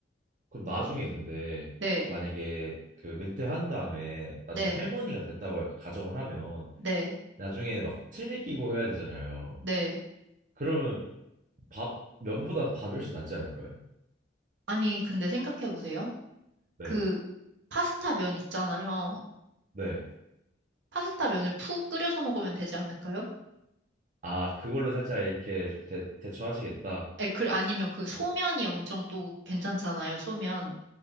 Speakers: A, on the right; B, on the right.
A: 그럼 나중에
B: 어,
A: 근데
B: 네,
A: 만약에 그 은퇴한 다음에 나중에
B: 네,
A: 할머니가 됐다고 약간 가정을 하면
B: 네,
A: 나중에 막 틀니 끼고 해야 되잖아요.
B: 네.
A: 그러면 밥 면보단 밥이 훨씬 낫지 않을까요?
B: 아니, 근데 생각해보세요.
A: 네.
B: 그, 파스타 면 있잖아요.
A: 네.
B: 파스타 면을 푹 끓여서 먹으면 되지 않을까요?
A: 아, 그걸로 살짝 이렇게 대, 대처하시겠다.
B: 에, 그, 아니면 그 소면이
A: 어,
B: 엄청 또 괜찮잖아요, 소면.